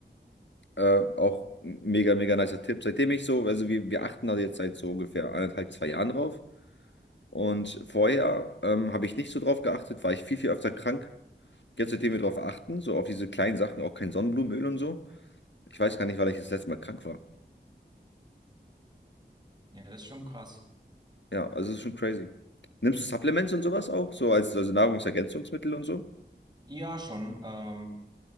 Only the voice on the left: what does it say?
äh, auch ein mega, mega nicer Tipp. Seitdem ich so, also wir, wir achten da jetzt seit so ungefähr anderthalb zwei Jahren drauf. Und vorher ähm, habe ich nicht so drauf geachtet, war ich viel, viel öfter krank. Jetzt, seitdem wir drauf achten, so auf diese kleinen Sachen, auch kein Sonnenblumenöl und so. Ich weiß gar nicht, weil ich das letzte Mal krank war.
Ja, also es ist schon crazy. Nimmst du Supplements und sowas auch? So als also Nahrungsergänzungsmittel und so?